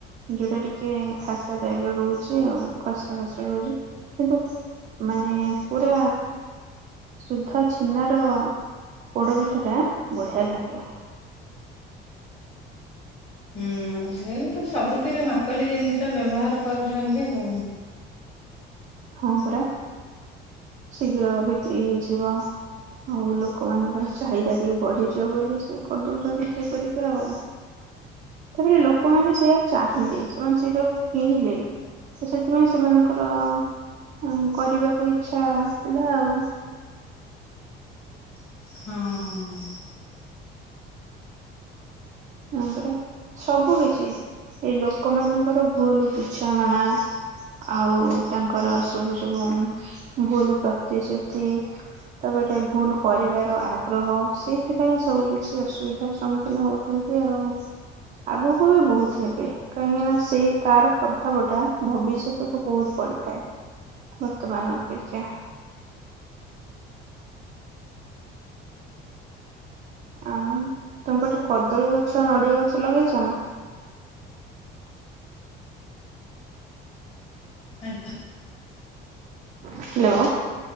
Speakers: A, on the right (about 40°); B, on the left (about 30°).
A: ଯୋଉଟା ଟିକେ ଖାସ୍ତା ଟାଇପ ର ରହୁଛି ଆଉ ଖସା ଖସା ରହୁଛି କିନ୍ତୁ ମାନେ ପୁରା ସୁଦ୍ଧ ଛେନାର ପୋଡପିଠା ଟା ବଢିଆ ଲାଗେ।
B: ହୁଁ ଆଜିକାଲି ତ ସବୁଥିରେ ତ ନକଲି ଜିନିଷ ବ୍ୟବହାର କରୁଛନ୍ତି ଆଉ।
A: ହଁ ପରା ଶୀଘ୍ର ବିକ୍ରି ହେଇଯିବ ଆଉ ଲୋକମାନଙ୍କର ଚାହିଦା ଟିକେ ବଢିଯିବ ବୋଲି ସେ କରିଦଉଛନ୍ତି ସେଇଆକରିକି ଆଉ ତାପରେ ଲୋକମାନେ ସେଇଆ ଚାହିଁଲେ ସେମାନେ ସେଇଟାକୁ କିଣିଲେ ତ ସେଥିପାଇଁ ସେମାନଙ୍କର ହଁ କରିବାକୁ ଇଛା ହେଲା ଆଉ।
B: ହଁ।
A: ହଁ ପରା ସବୁ କିଛି ଏଇ ଲୋକ ମାନଙ୍କର ଭୁଲ୍ ବୁଝାମଣା ଆଉ ତାଙ୍କର ସବୁ ଯୋଉ ଭୁଲ ପ୍ରତିଶ୍ରୁତି ତାପରେ ଭୁଲ କରିବାର ଆଗ୍ରହ ସେଇଥିପାଇଁ ସବୁ କିଛି ଅସୁବିଧାରେ ସମ୍ମୁଖୀନ ହଉଛନ୍ତି। ସେ ଆଉ ଆଗକୁ ବି ବହୁତ ହେବେ କାହିଁକି ନା ସେଇ ତାର ପ୍ରଭାବ ଟା ଭବିଷ୍ୟତକୁ ବହୁତ ପଡିଥାଏ ବର୍ତ୍ତମାନ ଅପେକ୍ଷା। ଆଉ ତମ ପଟେ କଦଳୀ ଗଛ ନଡିଆ ଗଛ ଲଗେଇଛ ନା
B: ଆଚ୍ଛା।
A: ହ୍ୟାଲୋ